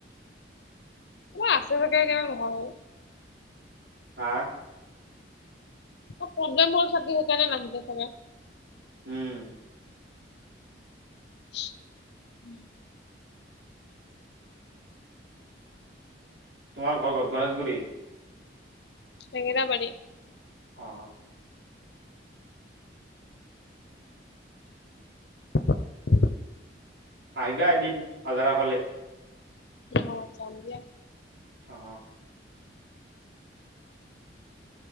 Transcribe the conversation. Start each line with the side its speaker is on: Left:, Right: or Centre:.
Left: কা আছে <unintelligible> নহয়
Right: হা?
Left: প্ৰব্লেম হল থাকি সেইকাৰণে নাহিলে চাগে।
Right: উম।
Left: <inaudible>
Right: তোমাৰ ঘৰ ক'ত গনেশগুৰি?
Left: হেঙেৰাবাৰি
Right: অহ।
Left: <inaudible>
Right: আহিবা এদিন হাজাৰা ফালে।
Left: অ যাম দিয়া
Right: অ।